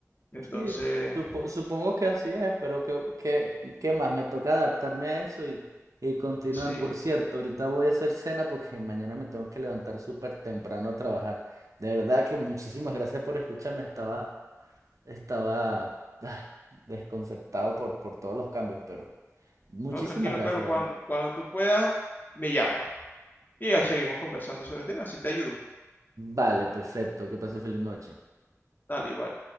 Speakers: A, on the left (about 35°); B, on the right (about 80°).
A: Entonces,
B: sí, supo- supongo que así es, pero ¿qué, qué, qué más? Me toca adaptarme a eso y, y continuar.
A: sí.
B: Por cierto, ahorita voy a hacer cena porque mañana me tengo que levantar súper temprano a trabajar. De verdad que muchísimas gracias por escucharme, estaba Estaba ay, desconcertado por, por todos los cambios, pero muchísimas
A: No, tranquilo,
B: gracias,
A: Carlos, cuando,
B: Daniel.
A: cuando tú puedas, me llamas. Y ya seguimos conversando sobre el tema, si te ayudo.
B: Vale, perfecto. Que pase feliz noche.
A: Dale, igual.